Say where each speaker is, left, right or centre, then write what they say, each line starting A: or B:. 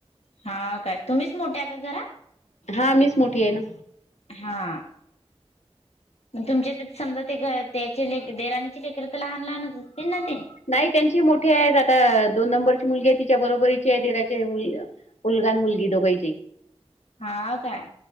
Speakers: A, on the left; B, on the left.
A: हा काय तुम्हीच मोठ्या का घरा.
B: हा मीच मोठी आहे ना
A: हा, तुमचे तर समजा ते त्याचे ले देराणीची लेकर तर लहान लहानच असतील ना ते
B: नाही त्यांची मोठे आहेत आता दोन नंबरची मुलगी आहे तिच्या बरोबरीची आहे देराचे मुलग मुलगा आणि मुलगी दोघही.
A: हा काय?